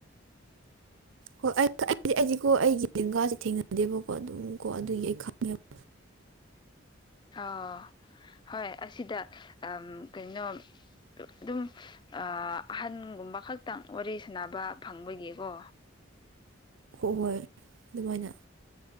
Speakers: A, on the right; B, on the left.
A: ꯍꯣꯏ ꯑꯩ ꯑꯩꯗꯤ ꯑꯩꯗꯤꯀꯣ ꯑꯩꯒꯤ ꯂꯦꯡꯒꯥꯁꯤ ꯊꯦꯡꯅꯗꯦꯕꯀꯣ ꯑꯗꯨꯝ ꯀꯣ ꯑꯗꯨꯒꯤ ꯑꯩ ꯈꯪꯉꯦꯕ
B: ꯑꯣ ꯍꯣꯏ ꯑꯁꯤꯗ ꯀꯩꯅꯣ ꯑꯗꯨꯝ ꯑꯍꯟꯒꯨꯝꯕ ꯈꯛꯇꯪ ꯋꯥꯔꯤ ꯁꯥꯟꯅꯕ ꯐꯪꯕꯒꯤꯀꯣ
A: ꯍ ꯍꯣꯏ ꯑꯗꯨꯃꯥꯏꯅ